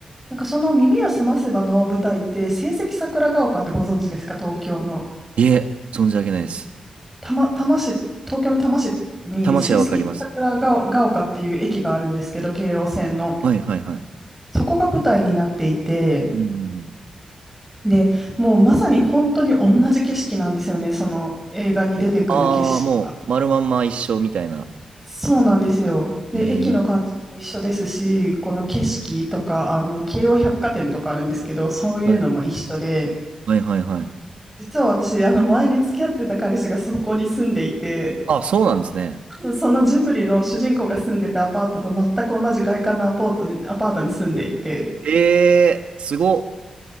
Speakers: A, in the centre; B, on the right (about 80°).
A: なんかその耳をすませばの舞台って、成績桜ヶ丘ってご存知ですか、東京の。
B: いえ、存じ上げないです。
A: たま、多摩市、東京の多摩市に成績桜ヶ丘っていう駅があるんですけど、
B: 魂はわかります。
A: 京王線の。
B: はいはいはい。
A: そこが舞台になっていて、
B: うんうんうん。
A: で、もうまさに本当に同じ景色なんですよね、その映画に出てくる景色が。
B: ああ、もう、丸まんま一生みたいな。
A: そうなんですよ。で、
B: ええ。
A: 駅の感じも一緒ですし、この景色とか、あの、京王百貨店とかあるんですけど、そういうのも一緒で、
B: はいはいはいはい。
A: 実は私、あの、前に付き合ってた彼氏がそこに住んでいて、
B: あ、そうなんですね。
A: <laughs> そのジブリの主人公が住んでたアパートと全く同じ外観のアパートに、アパートに住んでいて、
B: えー、すごっ。